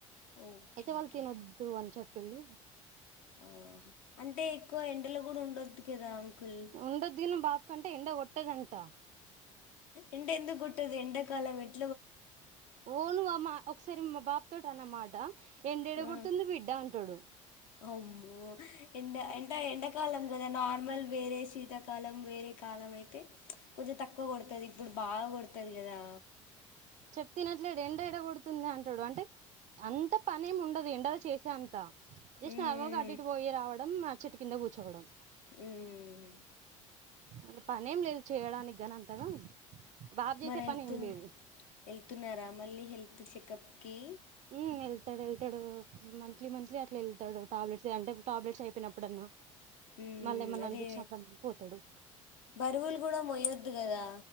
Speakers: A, on the left; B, on the right.
A: ఓకే
B: అయితే వాళ్లు
A: ఓకే
B: తినొద్దు అన్ చెప్ పెల్లు
A: ఆహా అంటే ఎక్కువ ఎండలో కూడా ఉండొదు. కదా అంకుల్
B: ఉండొద్దు బాపు కంటే ఎండ కొట్టదంటా
A: ఎండ ఎందుకొట్టదు ఎండక్ కలవెడ్
B: ఓ నువ్ అ మా ఒక్కసారి మా బాప్ తోటి అన్నమాట ఎండేడ
A: ఆ.
B: కొడుతుంది బిడ్డ అంటడు.
A: అమ్మో ఎండ ఎంట ఎండాకాలం కదా నార్మల్ వేరే, శీతాకాలం వేరే కాలం అయితే కొంచెం తక్కువ కొడుతది ఇప్పుడు బాగా కొడుతది కదా.
B: చెప్తే ఇనట్లేడు ఎండ ఏడ కొడుతుంది అంటడు అంటే అంత పనేమి ఉండదు ఎండల చేసే అంత జస్ట్
A: మ్మ్
B: నార్మల్గా అటు ఇటు పోయి రావడం మ చెట్టు కింద కూర్చోవడం.
A: ఉమ్
B: అంటే పనే ఏం లేదు చేయడానికి గానీ అంతగా బాబు చేసే
A: మరి వెళ్తున్న
B: పని ఏం లేదు
A: వెళ్తున్నారా మళ్ళీ హెల్త్ చెకప్ కి
B: హ్మ్మ్ వెళ్తాడు వెళ్తాడు మంత్లీ మంత్లీ అట్లా వెళ్తాడు టాబ్లెట్స్ అంటే టాబ్లెట్స్ అయిపోయినప్పుడన్నా
A: ఉమ్
B: మళ్ళీ ఏమన్నా
A: అదే
B: అనిపించినప్పుడన్నా పోతాడు
A: బరువులు కూడా మోయద్ దు కదా